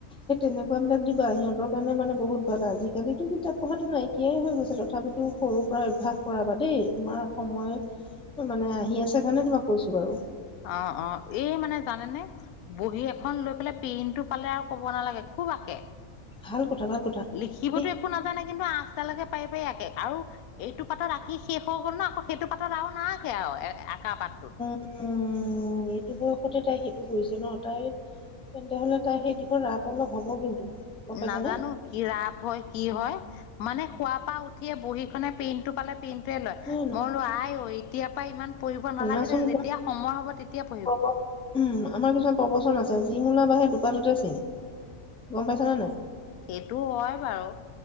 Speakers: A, in the centre; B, on the left.
A: সেই তেনেকুৱ বিলাক দিবা সিহতৰ কাৰণে মানে বহুত ভাল আজিকালিতো কিতাপ পঢ়াো নাই কিয়াই হৈ গৈছে তথাপিতো সৰুৰ পৰা অভ্যয়াস কৰাবা দেই তোমাৰ সময় মানে আহি আছে কাৰণে তোমাক কৈছো বাৰু
B: অ', অ' এই মানে জানে নে বহী এখন লৈ পেলাই পেইনটো পালে আৰু ক'ব নালাগে খুব আঁকে।
A: ভাল কথা ভাল কথা
B: লিখিবতো
A: সেই
B: একো নাজানে কিন্তু আঞ্চ দালকে পাৰি পাৰি আঁকে আৰু এইটো পাতত আঁকি শেষ হৈ গল ন আকৌ সেইটো পাতত আৰু নাৰকে আৰু আঁকা পাতটোত
A: উ' এইটো বয়সতে তাই সেইটো কৰিছে ন তাই তেন্তে হলে তাই সেই দিশৰ ৰাপ অলপ হ'ব কিন্তু। গম পাইছানে
B: নাজানো কি ৰাপ হয় কি হয় মানে সোৱাপা উঠিয়ে বহীখনে পেইনটো পালে পেইন টোএ লয়
A: ন
B: মই বোলো আই অ এতিয়াৰ পৰা ইমান পঢ়িব
A: শুনাচোন
B: নালাগে দে যেতিয়া সময় হব তেতিয়া পঢ়িবি।
A: প্ৰব- উম' আমাৰ কিছুমান প্ৰবচন আছে যি মূলা বাাহে দুপাতটোতে চিন গম পাইছা নে নাই?
B: সেইটো হয় বাৰু